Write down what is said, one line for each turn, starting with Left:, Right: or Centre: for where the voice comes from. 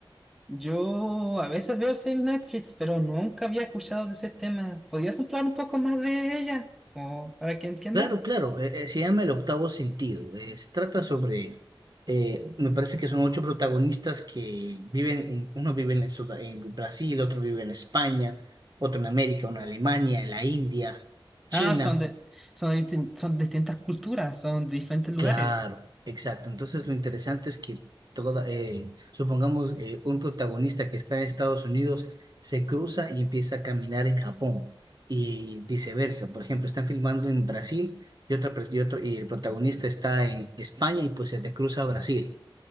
Centre: yo a veces veo series en Netflix, pero nunca había escuchado de ese tema. ¿Podrías hablar un poco más de ella? O para que entienda.
Right: Claro, claro, eh, eh, se llama El Octavo Sentido. Eh, se trata sobre, eh, me parece que son ocho protagonistas que viven, en, uno vive en, Sud- en Brasil, otro vive en España, otro en América, uno en Alemania, en la India, China.
Centre: Ah, son de, son de distin- son distintas culturas, son de diferentes lugares.
Right: Claro, exacto. Entonces lo interesante es que toda, eh, supongamos eh, un protagonista que está en Estados Unidos se cruza y empieza a caminar en Japón y viceversa. Por ejemplo, están filmando en Brasil y otra pers- y otro y el protagonista está en España y pues se te cruza a Brasil.